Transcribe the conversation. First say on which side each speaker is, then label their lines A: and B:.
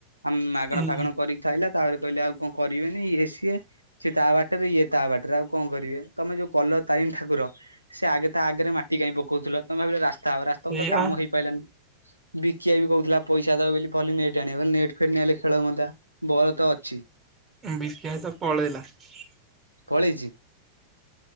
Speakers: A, on the right; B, on the right.
A: ଆମେ ମାଗଣା
B: ହୁଁ
A: ଫାଗଣ କରିକି ଖାଇଲା ତାପରେ କହିଲେ ଆଉ କଣ କରିବେନିଏ ସିଏ ସିଏ ତା ବାଟରେ ଇଏ ତା ବାଟରେ ଆଉ କଣ କରିବେ, ତମେ ଯୋଉ କଲ ତାରିଣ ଠାକୁର ସେ ଆଗେ ତା ଆଗରେ ମାଟି ଟିକ କାଇଁ ପକଉଥିଲ ତମେ ଭାବିଲ ରାସ୍ତା ହବ ରାସ୍ତା
B: ସେଇଆ
A: ତ କାମ ହେଇପାରିଲାନି । ବିକିଆ ବି କହୁଥିଲା ପଇସା ଦଉ ବୋଲି ନେଟ୍ ଆଣିବାଲେ ନେଟ୍ ଫେଟ ନେଲେ ଖେଳୁନ୍ତା ବଲତ ଅଛି ।
B: ବିକାଶ ପଳେଇଲା ।
A: ପଳେଇଛି?